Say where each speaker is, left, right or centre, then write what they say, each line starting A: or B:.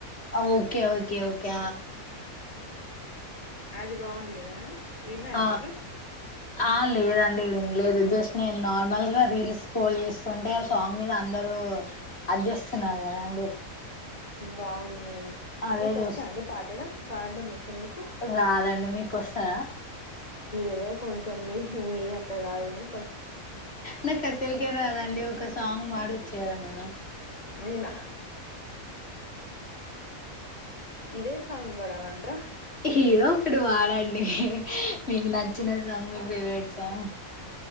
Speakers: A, on the left; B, on the left.
A: ఓకే ఓకే ఓకే
B: అది బాగుంది కదా విన్నారా
A: ఆ
B: మీరు
A: ఆ లేదని అ వినలేదు జస్ట్ నేను నార్మల్ గా రీల్స్ కోల్ చేస్తుంటే ఆ సాంగ్ మీద అందరుూ అది చేస్తున్నారు కదా అండి
B: బాగుందిది
A: అదే
B: మీకు
A: చూస్
B: వచ్చా అండి పాడడం పాడడం వ చ్చ మీకు
A: రాదండి మీకు వస్తదా
B: ఏవో కొంచం మీ ఇ మీ అంతా కాదు ఏం
A: నా కసలకే రాదండి ఒక్క సాంగ్ వాడొచ్చు కదా మీరూ
B: నీనా ఇదే సాంగ్ పదమంత్ర
A: హదో ఒకటి వాడండి మీకు నచ్చిన <inaudible> మీ ఫావరేట్స్ ఆ